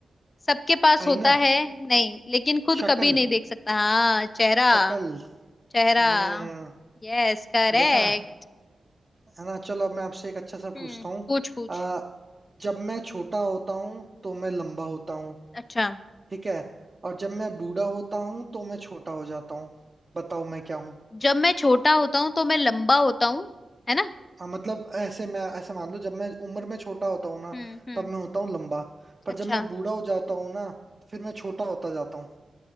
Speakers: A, on the left (about 45°); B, on the right (about 30°).
A: सबके पास
B: आईना
A: होता है नहीं लेकिन खुद
B: शक्ल
A: कभी नहीं देख सकता हाँ चेहरा
B: शक्ल
A: चेहरा
B: हम्म
A: Yes correct
B: देखा है ना चलो अब मैं आपसे एक अच्छा सा
A: हम्म
B: पूछता हूँ
A: पूछ पूछ
B: अ, जब मैं छोटा होता हूँ तो मैं लंबा होता हूँ
A: अच्छा
B: ठीक है और जब मैं बूढ़ा होता हूँ तो मैं छोटा हो जाता हूँ बताओ मैं क्या हूँ
A: जब मैं छोटा होता हूँ तो मैं लंबा होता हूँ है ना
B: हाँ मतलब ऐसे मैं ऐसे मान लो जब मैं उम्र में छोटा होता हूँ ना
A: हम्म हम्म
B: तब मैं होता हूँ लंबा पर
A: अच्छा
B: जब मैं बूढ़ा हो जाता हूँ ना तो फिर मैं छोटा होता जाता हूँ